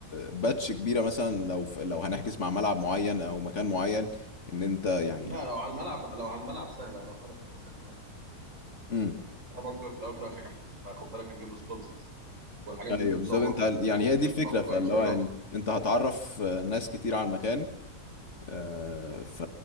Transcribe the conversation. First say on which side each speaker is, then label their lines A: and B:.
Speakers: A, on the left; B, on the right.
A: باتش كبيره مثلا لو ف- لو هنحجز مع ملعب معين او مكان معين ان انت يعني
B: لا لو على الملعب لو على الملعب سهله انا هعرف اظبط لك الملعب
A: امم
B: انا برضه في الاول وفي الاخر احنا خد بالك هنجيب له سبونسرز والحاجات
A: ايوه
B: دي بتتصور
A: بالظبط
B: وبتتعمل
A: انت يعني هي دي الفكره
B: فهو
A: فاللي
B: هيتشهر
A: هو يعني
B: اكتر
A: انت هتعرف آه، ناس كتير على المكان آه، ف